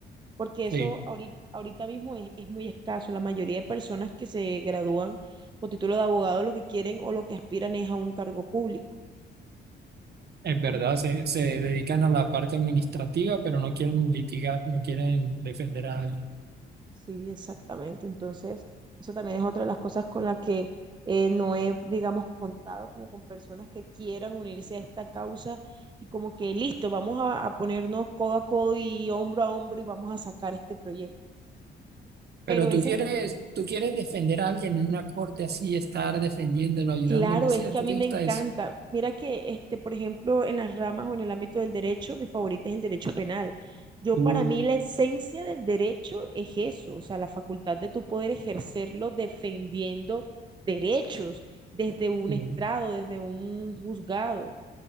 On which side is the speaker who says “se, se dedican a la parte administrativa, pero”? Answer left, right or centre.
Right